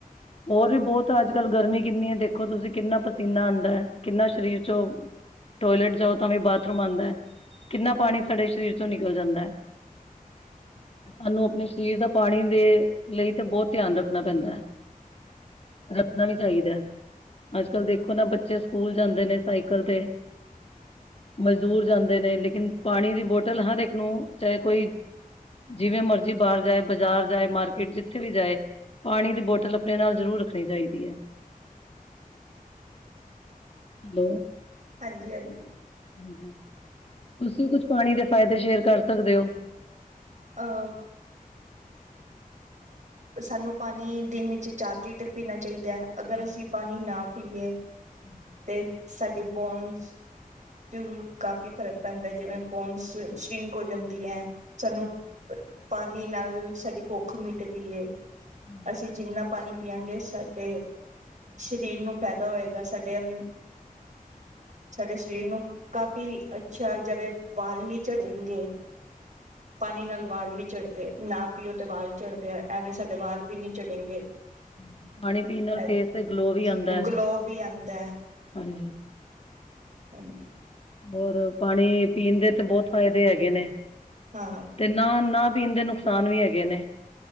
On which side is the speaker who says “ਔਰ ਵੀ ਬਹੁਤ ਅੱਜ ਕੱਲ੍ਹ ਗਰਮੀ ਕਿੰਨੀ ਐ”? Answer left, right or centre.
Left